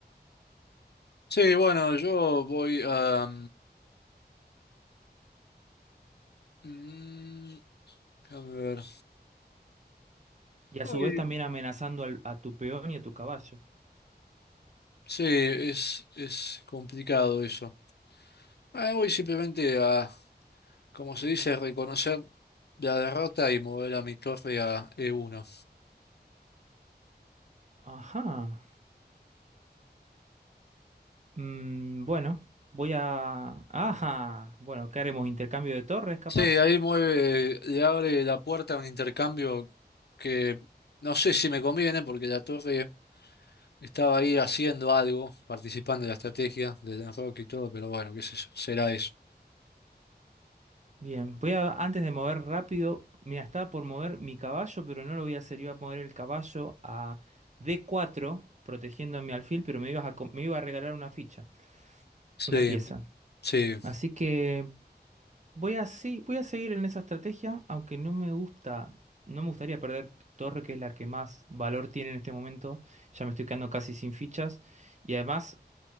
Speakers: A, on the left; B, on the right.
A: Sí, bueno, yo voy a... mm, déjame ver.
B: y a
A: Voy-
B: su vez también amenazando al- a tu peón y a tu caballo?
A: sí, es, es complicado eso. Ah, voy simplemente a, como se dice, reconocer la derrota y mover a mi torre a E1.
B: Ajá. Mm, bueno, voy a... Ajá. Bueno, ¿qué haremos? ¿Intercambio de torres, capaz?
A: Sí, ahí mueve, le abre la puerta a un intercambio que no sé si me conviene porque la torre estaba ahí haciendo algo, participando en la estrategia del enroque y todo, pero bueno, qué sé yo, será eso.
B: Bien, voy a, antes de mover rápido, mira, estaba por mover mi caballo, pero no lo voy a hacer, iba a poner el caballo a D4, protegiendo a mi alfil, pero me ibas a, co- me iba a regalar una ficha,
A: Sí.
B: una pieza.
A: Sí,
B: Así que voy a, sí, voy a seguir en esa estrategia, aunque no me gusta, no me gustaría perder torre, que es la que más valor tiene en este momento. Ya me estoy quedando casi sin fichas. Y además,